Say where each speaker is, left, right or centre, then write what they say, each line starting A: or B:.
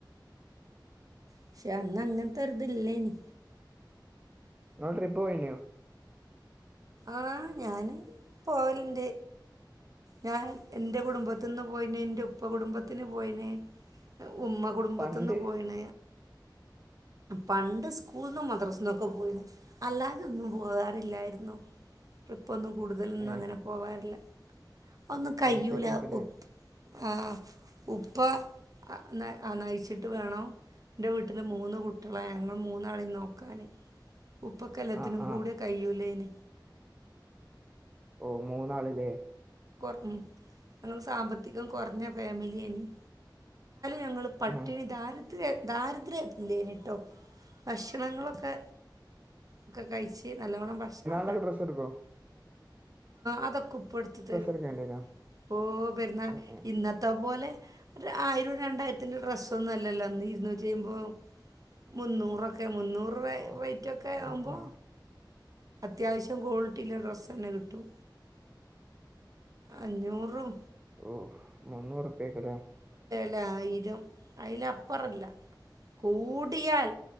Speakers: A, on the right; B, on the right.
A: പക്ഷെ അന്ന് അങ്ങനത്തെരുതല്ലേനി
B: നങ്ങള് ട്രിപ്പ് പോയിനോ
A: ആഹ ഞാന് പോവലിന്റെ ഞാൻ എൻറെ കുടുംബത്തിന്ന് പോയിനെ എറെ ഉപ്പ കുടുംബത്തിന് പോയിനെ ഉമ്മ കുടുംബത്തിന്ന്
B: പണ്ട്
A: പോയിണ പണ്ട് സ്കൂള നിന്ന മദ്രാസിൽന്നൊക്കെ പോയിണ് അല്ലാതെ ഒന്നും പോകാറില്ലായിുന്നോ ട്രിപ്പൊന്നും കൂടുതലൊന്നും
B: ഏ
A: അങ്ങനെ പോകാറില്ല ഒന്നും കയൂല
B: പൈസക്കേക്കുല്ലേ
A: ഉ് ആ ഉപ്പ ആ ആ നയിച്ചിട്ട് വേണോ എന്റെ വീട്ടില് മൂന്ന് കുട്ടികളാ ഞങ്ങൾ മൂന്നാളെ നോക്കാാന് ഉപ്പക്കലത്തിനും
B: ആ ആ
A: കൂടെ കയ്യൂലേന
B: ഓ മൂന്നാളല്ലേ
A: ഉ ഞങ്ങ സാമ്പത്തികം കുറഞ്ഞ ഫാമിലിയ എന്നും ഞങ്ങൾ പട്ടിണി
B: ഉം
A: താൻ ഇത് ദാരിദ്ര്യല്ലേന കേട്ടോ ഭക്ഷണങ്ങളൊക്കെ ഒക്കെ കഴിച്ചച്ച് ചച്ച നല്ലവണ്ണം ഭക്ഷണം
B: എ പ്ര്രശർക്ക
A: അതൊക്കെ ഉപ്പെെടുത്ത് തരും
B: എടുക്കേണ്ടേനോ
A: ഓ വരുന്നാൽ
B: ഉം ഉം
A: ഇന്നത്തെ പോലെ ഒരു ആയിരം രണ്ടായിരത്തിന്റെ ഡ്രസ്സ ഒന്നും അല്ലല്ലോ അന്ന് ഇരുന്നൂറ്റഴുമ്പോ മുന്നൂറൊക്കെ മുന്നൂറ്
B: ഓ
A: റേറ്റ് ഒക്കെ
B: ആ
A: ആവുമ്പോ
B: ആ
A: അത്യാവശ്യം ക്വാളിറ്റിയില ഡ്രസ്സ് തന്നെ കിട്ടും അഞ്ഞൂറും
B: ഓ മുന്നൂറുപ്യക്കല്ലേ
A: അല്ല ആയിരും അതിലപ്പുറല്ല കൂടിയാൽ